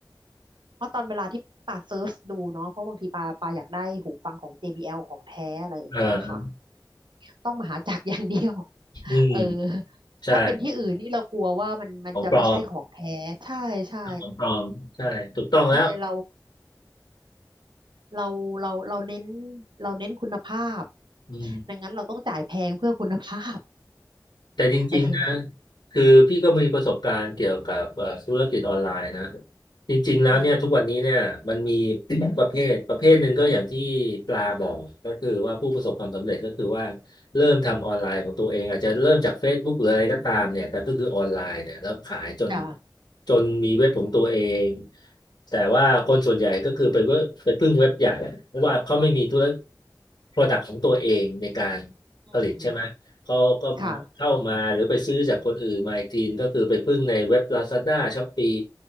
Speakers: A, on the right (about 80°); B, on the left (about 70°).
A: เพราะตอนเวลาที่ป่าเซิร์ชดูเนาะเพราะบางทีปาปาอยากได้หูฟังของ JBL ของแท้อะไรอย่างเงี้ยค่ะ
B: เออ
A: ต้องมหาจักรอย่างเดียว
B: อืม
A: <laughs> เออ
B: ใช่
A: ถ้าเป็นที่อื่นนี่เรากลัวว่ามันมันจะไม่ใช่ของแท้ใช่ใช่
B: ของปลอม ของปลอมใช่ถูกต้องแล้ว
A: ใช่เราเราเราเราเน้นเราเน้นคุณภาพ
B: อืม
A: ดังนั้นเราต้องจ่ายแพงเพื่อคุณภาพ
B: แต่จริงๆนะ
A: <laughs> เออ
B: คือพี่ก็มีประสบการณ์เกี่ยวกับเอ่อธุรกิจออนไลน์นะจริงๆแล้วเนี่ยทุกวันนี้เนี่ยมันมี
A: อืม
B: <coughs> ประเภทประเภทหนึ่งก็อย่างที่ปลาบอกก็คือว่าผู้ประสบความสำเร็จก็คือว่าเริ่มทำออนไลน์ของตัวเองอาจจะเริ่มจาก Facebook หรืออะไรก็ตามเนี่ยแต่ก็คือออนไลน์เนี่ยแล้วขายจน
A: จ้ะ
B: จนมีเว็บของตัวเองแต่ว่าคนส่วนใหญ่ก็คือไปเว็บไปพึ่งเว็บใหญ่เพราะว่าเขาไม่มีธุร product ของตัวเองในการ
A: อืม
B: ผลิตใช่ไหม เขาก็เข้ามาหรือไปซื้อจากคนอื่นมาอีกทีก็คือไปพึ่งในเว็บ
A: ค่ะ
B: Lazada Shopee